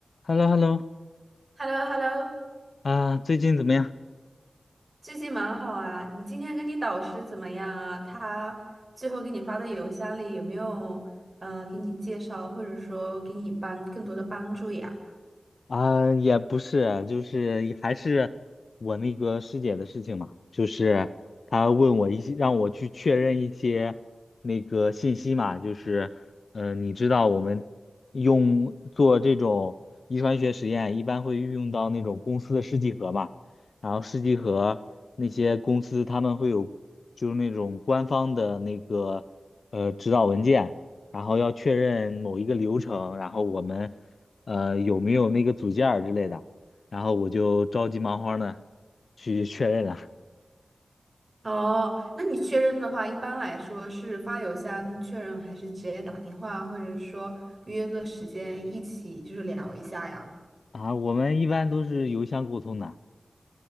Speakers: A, on the left (about 70°); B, on the right (about 30°).
A: h e l l o h e l l o
B: h e l l o h e l l o
A: 啊，最近怎么样？
B: 最近蛮好啊。你今天跟你导师怎么样啊？他最后给你发的邮箱里有没有呃给你介绍，或者说给你帮更多的帮助呀？
A: 啊，也不是，就是还是我那个师姐的事情嘛，就是她问我一些，让我去确认一些那个信息嘛，就是，嗯、你知道我们用做这种遗传学实验，一般会运用到那种公司的试剂盒嘛，然后试剂盒那些公司他们会有就是那种官方的那个呃指导文件。然后要确认某一个流程，然后我们呃有没有那个组件儿之类的，然后我就着急忙慌的去确认了
B: 哦，那你确认的话，一般来说是发邮箱确认，还是直接打电话，或者是说约个时间一起就是聊一下呀？
A: 啊。我们一般都是邮箱沟通的，